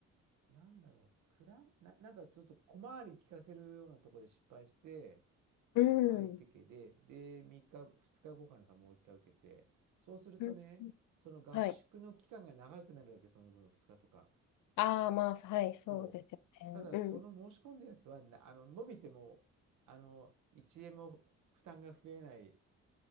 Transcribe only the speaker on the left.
うん、
<laughs> うん、
はい。
ああ、まあ、はい、そうですよね。
うん。